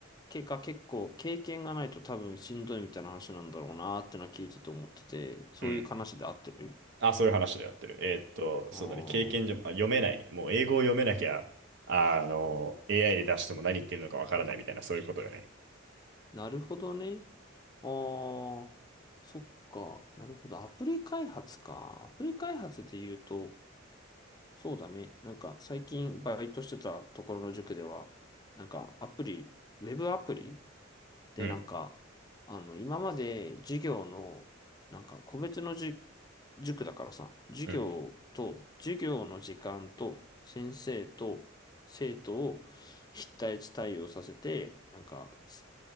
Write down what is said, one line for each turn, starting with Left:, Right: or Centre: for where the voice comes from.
Left: 結果結構経験がないと多分しんどいみたいな話なんだろうなーってのは聞いてて思ってて、そういう話で合ってる
Right: うん。あ、そういう話でやってる。えーっと、
Left: あー
Right: そうだね。経験上、あ、読めない。もう英語を読めなきゃ、あ、あの、AI で出しても何言ってるのかわからないみたいな、そういうことよね。
Left: なるほどね。あーそっか。なるほど。アプリ開発か。アプリ開発で言うと、そうだね。なんか最近バイトしてたところの塾では、なんかアプリ、ウェブアプリで、
Right: うん、
Left: なんか、あの、今まで授業の、なんか、個別のじ、塾だからさ、授業と、
Right: うん、
Left: 授業の時間と、先生と、生徒を一対一対応させて、なんか、す